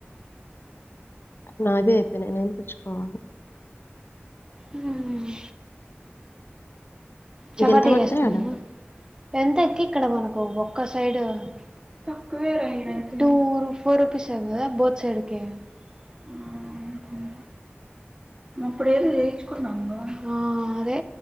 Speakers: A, on the left (about 60°); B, on the right (about 20°).
A: నావి అయిపోయినాయి నేను తెచ్చుకోవాల
B: ఉమ్ చపాతి
A: నీకెంత పడతాయి
B: చేసుకుందామా
A: ఆడ?
B: ఎంతకి ఇక్కడ మనకు ఒక్క సైడ్ తక్కువేరా టూ ఫోర్ రూపీస్ ఏ కదా బోత్ సైడ్ క ఉమ్ అప్పుడు ఏదో చేయించుకున్నాము ఆ అదే